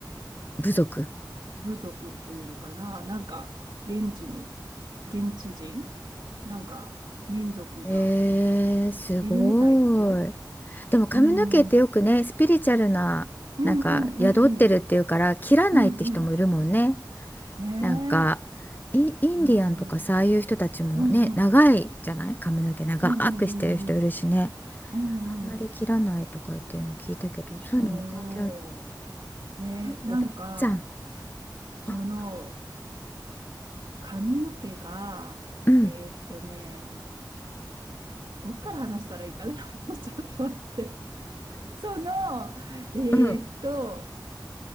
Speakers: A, on the left; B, on the right.
A: 部族。
B: 部族っていうのかな、なんか現地の、現地人、なんか民族が
A: ええすごい。
B: いるみたいですよ。
A: でも髪の毛ってよくね、
B: うんうん。
A: スピリチュアルな、
B: うんうんうんうん。
A: なんか宿ってるっていうから、切らないって人もいるもんね。
B: うんうん。ねえ。
A: なんか、イ、インディアンとかさ、
B: 本当に。
A: ああいう人たちもね、
B: うんうん。
A: 長いじゃない髪の毛長くしてる人いるしね。
B: うんうんうんうん。うんうん。
A: あんまり切らないとか言ってるの聞いたけど、
B: そ
A: そういうのも関係あるのか
B: う。ねえ、
A: ね。
B: なんか、
A: えベタちゃん。<laughs>
B: その
A: あ
B: 髪の毛が、
A: うん、
B: えーっとね、どっから話したらいいかな。<laughs> ちょっと待って。その、え
A: うん、
B: ーっと、